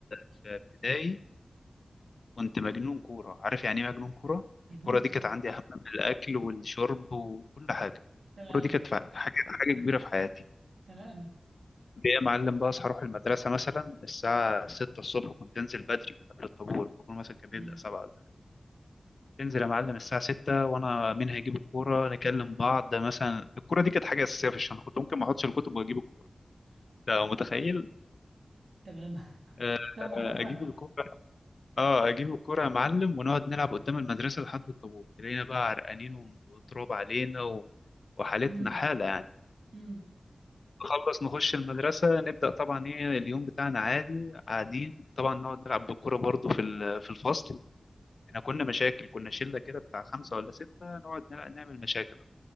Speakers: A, on the left; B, on the right.
A: في ابتدائي كنت مجنون كوره عارف يعني ايه مجنون كوره
B: مجنون
A: الكوره دي
B: كورة
A: كانت عندي اهم من الاكل والشرب وكل حاجه
B: تمام
A: الكوره دي كانت فع- حاجه حاجه كبيره في حياتي
B: تمام
A: بقى يا معلم بقى اصحى اروح المدرسه مثلا الساعه 6 الصبح كنت انزل بدري قبل الطابور الطابور مثلا كان بيبدا
B: امم
A: 7 انزل يا معلم الساعة 6 وانا منها اجيب الكورة نكلم بعض ده مثلا الكورة دي كانت حاجة أساسية في الشنطة كنت ممكن ما احطش الكتب واجيب الكورة ده متخيل
B: تمام <laughs>
A: آه،
B: فاهمك
A: آه،
B: اه فاهمك
A: اجيب الكورة اه اجيب الكورة يا معلم ونقعد نلعب قدام المدرسة لحد الطابور تلاقينا بقى عرقانين وتراب علينا و... وحالتنا
B: امم
A: حالة يعني
B: امم
A: نخلص نخش المدرسة نبدأ طبعا ايه اليوم بتاعنا عادي قاعدين طبعا نقعد نلعب بالكورة برضو في ال- في الفصل احنا كنا مشاكل كنا شلة كده بتاع خمسة ولا ستة نقعد نلع- نعمل مشاكل